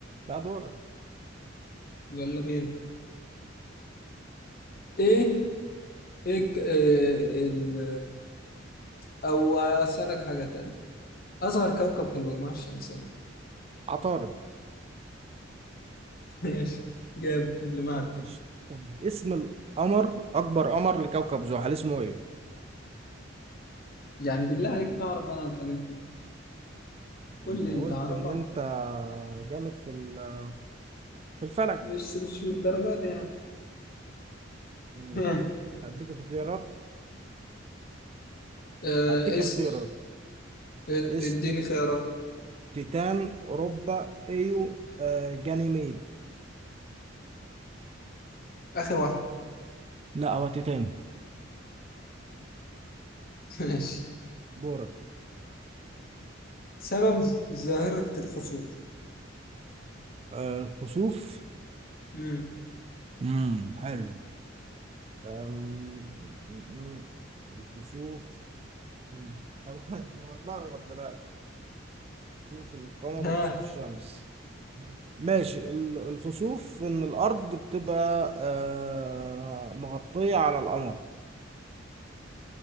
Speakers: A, on the right; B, on the left.
A: لا دورك
B: يلا بينا ايه ايه ك- إيه ال... او اسألك حاجة تانية اصغر كوكب في المجموعة الشمسية
A: عطارد
B: <laughs> ماشي جامد اللي بعد
A: ماشي طب اسم القمر اكبر قمر لكوكب زحل اسمه ايه
B: يعني بالله عليك اعرف انا الحاجات دي
A: انت
B: قول لي
A: قلت
B: انت عارفها
A: ان انت جامد في ال- في الفلك
B: مش مش من الدرجات يعني
A: مم.
B: <laughs>
A: هديك اختيارات
B: آه
A: هديك
B: اسأل
A: اختيارات
B: آه،
A: اس
B: اديني خيارات
A: تيتان اوروبا ايو آه جانيميد
B: اخر واحدة
A: لا هو تيتان
B: <laughs> ماشي
A: دورك
B: سبب ظاهرة الخسوف
A: آه كسوف
B: مم.
A: امم حلو آم، م- الكسوف مم. طب <laughs> انا هتلخبط دلوقتي كسوف القمر
B: ها
A: وكسوف الشمس ماشي ال- الكسوف ان الارض بتبقى آه مغطية على القمر